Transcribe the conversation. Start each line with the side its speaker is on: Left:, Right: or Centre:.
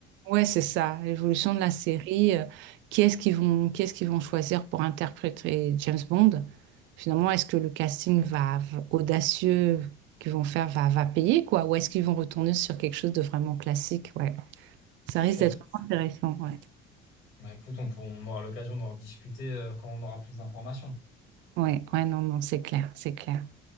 Right: Ouais, c'est ça, l'évolution de la série. euh, qui est-ce qu'ils vont, qui est-ce qu'ils vont choisir pour interpréter James Bond? Finalement, est-ce que le casting va, va- audacieux qu'ils vont faire va, va payer, quoi? Ou est-ce qu'ils vont retourner sur quelque chose de vraiment classique? Ouais,
Left: C'est
Right: ça risque
Left: clair.
Right: d'être vraiment intéressant. Ouais,
Left: Bah écoute, on, pour- on aura l'occasion d'en rediscuter euh, quand on aura plus d'informations.
Right: ouais, ouais, non, non, c'est clair, c'est clair.